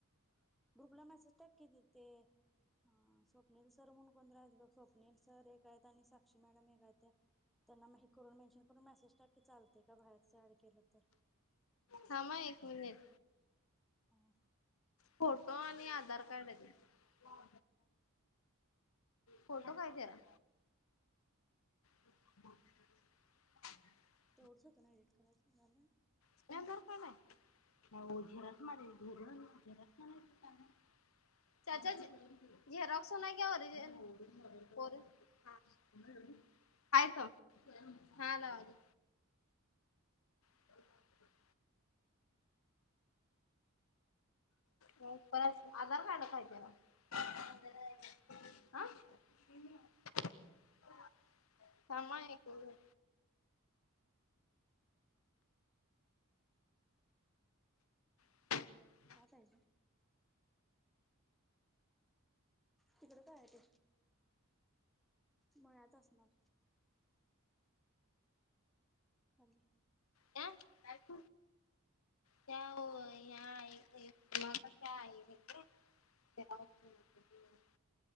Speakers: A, in the centre; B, on the left.
A: ग्रुपला मेसेज टाक की तिथे हा स्वप्निल सर म्हणून कोणतरी आहेत बघ, स्वप्नील सर एक आहेत आणि साक्षी मॅडम एक आहेत्या. त्यांना म हे करून मेन्शन करून मेसेज टाक की चालते का बाहेरचं ॲड केलं तर?
B: थांबा एक मनिट
A: हम्म.
B: फोटो आणि आधार कार्ड आहे बघ फोटो कहा है तेरा? हो
A: तेवढंच होतं ना एडिट करायचं, झालं?
B: <unintelligible> त्याच्याज <unintelligible> हाय तो, हाय ना आलो. <inaudible> हो बस आधारकार्ड पाहिजे त्याला. <unintelligible> समा हे कोई <unintelligible>
A: ह्या साइडला तिकडं काय आहे ते मळ्यात असणार. खाली
B: क्या काय तू, क्या वोह या नाही मग काय आहे ते <unintelligible>